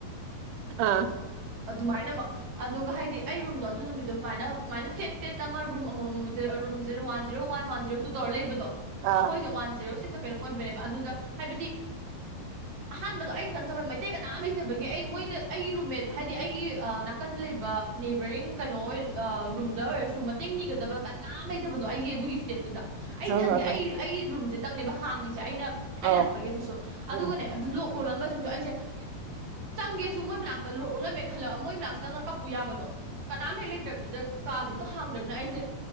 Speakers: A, on the right; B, on the right.
A: ꯑꯥ
B: ꯑꯗꯨꯃꯥꯏꯅꯃꯛ ꯑꯗꯨꯒ ꯍꯥꯏꯗꯤ ꯑꯩ ꯔꯨꯝꯗꯣ ꯑꯗꯨ ꯅꯨꯃꯤꯠꯇꯣ ꯁꯨꯃꯥꯏꯅ ꯁꯨꯃꯥꯏꯅ ꯐꯦꯠ ꯐꯦꯠ ꯑꯃ ꯔꯨꯝ ꯑꯃꯃꯝ room zero one zero one one zero two ꯇꯧꯔ ꯂꯩꯕꯗꯣ
A: ꯑꯥ
B: ꯑꯩꯈꯣꯏꯁꯦ ꯋꯥ ꯖꯤꯔꯣ ꯁꯤꯛꯁ ꯀꯩꯅꯣ ꯑꯣꯏꯕꯅꯦꯕ ꯑꯗꯨꯗ ꯍꯥꯏꯕꯗꯤ ꯑꯍꯥꯟꯕꯗꯣ ꯑꯩ ꯈꯇꯥ ꯆꯪꯕ ꯃꯩꯇꯩ ꯀꯅꯥꯃ ꯂꯩ ꯅꯠꯇꯕꯒꯤ ꯑꯩ ꯃꯣꯏꯗ ꯑꯩꯒꯤ ꯔꯨꯝꯃꯦꯠ ꯍꯥꯏꯗꯤ ꯑꯩꯒꯤ ꯅꯥꯀꯟꯗ ꯂꯩꯕ ꯅꯦꯕꯔꯤꯡ ꯀꯩꯅꯣ ꯑꯣꯏ ꯔꯨꯝꯗ ꯑꯣꯏꯔꯁꯨ ꯃꯇꯦꯡ ꯅꯤꯒꯗꯕ ꯀꯅꯥꯝ ꯂꯩꯇꯕꯗꯣ ꯑꯩꯒꯤ ꯑꯗꯨꯒꯤ ꯐ꯭ꯂꯦꯠꯇꯨꯗ ꯑꯩ
A: ꯍꯣꯏ
B: ꯊꯟꯒꯦ
A: ꯍꯣꯏ ꯍꯣꯏ
B: ꯑꯩ ꯑꯩ ꯔꯨꯝꯁꯦ ꯇꯪꯅꯦꯕ ꯍꯥꯡꯉꯤꯁꯦ ꯑꯩꯅ ꯑꯩ
A: ꯑꯧ
B: ꯂꯥꯛꯄꯒꯤ ꯑꯗꯨꯁꯨ ꯑꯗꯨꯒꯅꯦ
A: ꯎꯝ
B: ꯑꯗꯨ ꯂꯣꯛ ꯂꯣꯜꯂꯝꯕꯁꯤꯁꯨ ꯑꯩꯁꯦ ꯆꯪꯒꯦꯁꯨ ꯃꯣꯏ ꯃꯅꯥꯛꯇ ꯂꯣꯛ ꯂꯣꯏ ꯃꯦ ꯈꯜꯂꯒ ꯃꯣꯏ ꯃꯅꯥꯛ ꯆꯪꯉꯒ ꯀꯞꯄꯨ ꯌꯥꯕꯗꯣ ꯀꯅꯥꯝ ꯍꯦꯛ ꯂꯩ <unintelligible> ꯗ ꯀꯥꯗꯨꯗ ꯍꯥꯡꯗ꯭ꯔꯕꯅ ꯑꯩꯁꯦ